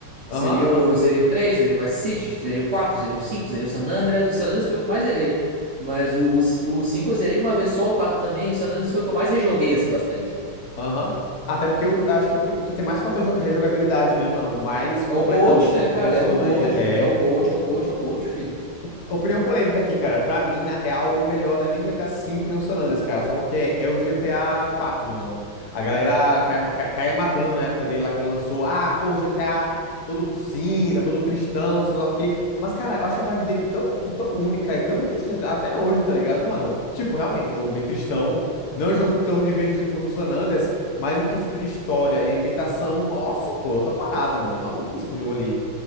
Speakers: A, on the right; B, on the left.
A: Seria
B: Aham, aham,
A: o, eu zerei o 3, zerei o Vice City, zerei o 4, zerei o 5, zerei o San Andreas. O San Andreas foi o que eu mais zerei. Mas o, o, o 5 eu zerei uma vez só, o 4 também. O San Andreas foi o que eu mais rejoguei, assim, bastante.
B: aham. Até porque eu acho que o que o que tem mais fator de rejogabilidade, né, mano? O Mais completão
A: É o Gold,
B: desses,
A: né, cara?
B: desses
A: É o
B: todos
A: Gold,
B: aí, né? É
A: é o Gold, é o Gold, é o Gold, filho.
B: Opinião polêmica aqui, cara. Pra mim, na real, o melhor não é nem o GTA V, nem o San Andreas, cara. Sabe qual que é? É o GTA 4, mano. A galera cai- ca- caia matando na época dele lá que ele lançou. Ah, pô, o GTA todo cinza, todo tristão, sei lá o quê. Mas, cara, eu acho a vibe dele tão, tão única e tão interessante até hoje, tá ligado, mano? Tipo, realmente, um jogo bem tristão. Não é um jogo tão divertido quanto o San Andreas, mas em quesito de história e ambientação, nossa, pô, é outra parada, mano. É maluquice aquele jogo ali.